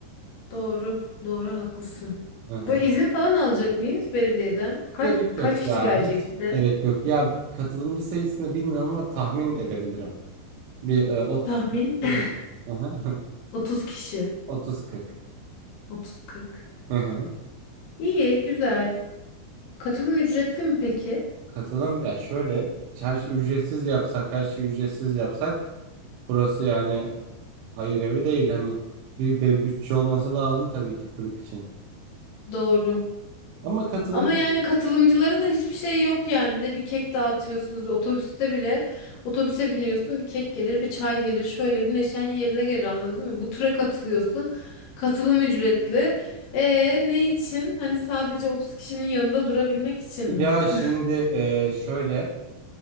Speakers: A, on the left (about 75°); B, on the right (about 85°).
A: Doğru, doğru haklısın.
B: Hı hı.
A: Böyle izin falan alacak mıyız belediyeden? Kaç
B: Gerek
A: kaç
B: yok
A: kişi
B: ya.
A: gelecek
B: Hiç
A: bir de?
B: gerek yok. Ya katılımcı sayısını bilmiyorum ama tahmin edebilirim. Bir e, 30-40
A: Tahmin <laughs>
B: kişi gelir. Aha. <laughs>
A: 30 kişi.
B: 30-40.
A: 30-40.
B: Hı hı.
A: İyi, güzel. Katılım ücretli mi peki?
B: Katılım ya şöyle her şey ücretsiz yapsak her şeyi ücretsiz yapsak burası yani hayır evi değil hani bir, bir bütçe olması lazım tabii ki kulüp için.
A: Doğru.
B: Ama katılım
A: Ama yani katılımcılara da hiçbir şey yok yani. Ne bir kek dağıtıyorsunuz bir otobüste bile. Otobüse biniyorsun bir kek gelir bir çay gelir. Şöyle bir neşen yerine gelir anladın mı? Bu tura katılıyorsun. Katılım ücretli. E ne için? Hani sadece 30 kişinin yanında durabilmek için mi?
B: ya şimdi
A: <laughs>
B: e, şöyle